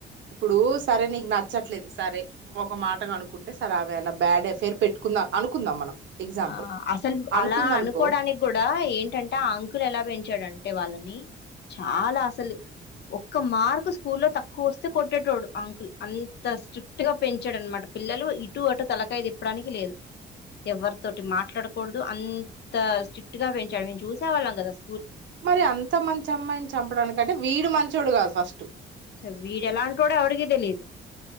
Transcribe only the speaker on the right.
ఇప్పుడు సరే నీకు నచ్చట్లేదు సరే ఒక మాటగా అనుకుంటే <unintelligible> బ్యాడ్ అఫైర్ పెట్టుందాం అనుకుందాం మనం ఎగ్జాంపుల్
అనుకుందనుకో
మరి అంత మంచి అమ్మాయిని చంపడానికంటే వీడు మంచోడు కాదు ఫస్